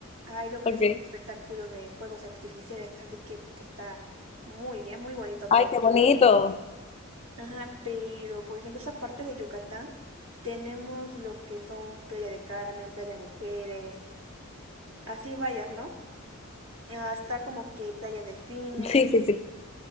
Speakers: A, on the right; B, on the left.
A: hay lo
B: Ok.
A: que es un espectáculo de fuegos artificiales, así que pues está muy bien, muy bonito
B: Ay,
A: todo.
B: qué bonito.
A: Ajá, pero por ejemplo esa parte de Yucatán, tenemos lo que son Playa de Carmen, Playa Mujeres, así varias, ¿no? Ah, está como que Playa Delfines.
B: Sí, sí, sí.